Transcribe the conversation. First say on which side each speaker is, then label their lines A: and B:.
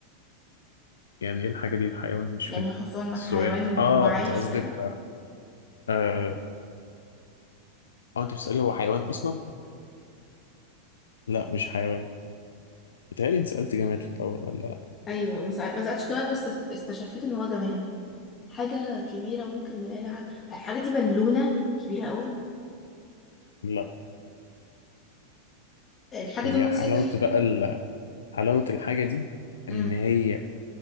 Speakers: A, on the left; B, on the left.
A: يعني ايه الحاجة دي الحيوان مش
B: يعني
A: فاهم
B: حصان مثلا
A: السؤال
B: حيوان و-
A: اه
B: وعايش
A: انت قصدك
B: وكده
A: اه اه انت بتسألي هو حيوان اصلا لا مش حيوان بتهيألي انت سألت جماد في الاول ولا لا
B: ايوه ما سأل- ما سالتش جماد بس است- استشفيت ان هو جماد حاجه كبيره ممكن نلاقي لها حاجه الحاجه دي بالونه كبيره قوي
A: لا
B: الحاجه
A: هي
B: دي موتوسيكل
A: حلاوة بقى ال- حلاوة الحاجة دي ان
B: امم
A: هي